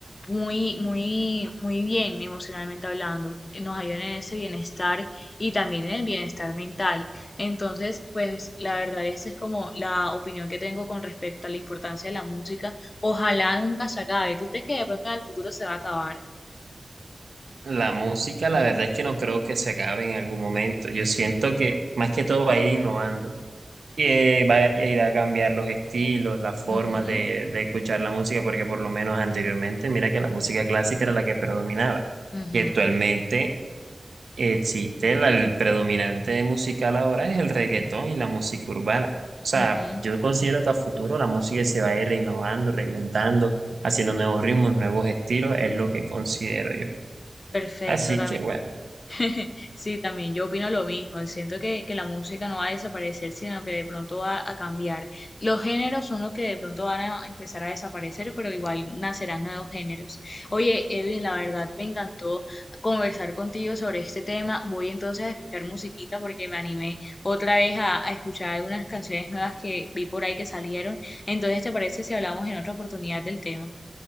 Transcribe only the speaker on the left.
muy, muy, muy bien emocionalmente hablando, nos ayudan en ese bienestar y también en el bienestar mental. Entonces, pues la verdad, esa es como la opinión que tengo con respecto a la importancia de la música. Ojalá nunca se acabe. ¿Tú crees que de pronto en el futuro se va a acabar?
Ujú,
ujú,
ujú.
Perfecto,
también.
<laughs> Sí, también yo opino lo mismo. Siento que, que la música no va a desaparecer, sino que de pronto va a cambiar. Los géneros son los que de pronto van a empezar a desaparecer, pero igual nacerán nuevos géneros. Oye, Edwin, la verdad me encantó conversar contigo sobre este tema. Voy entonces a escuchar musiquita porque me animé otra vez a, a escuchar algunas canciones nuevas que vi por ahí que salieron. Entonces, ¿te parece si hablamos en otra oportunidad del tema?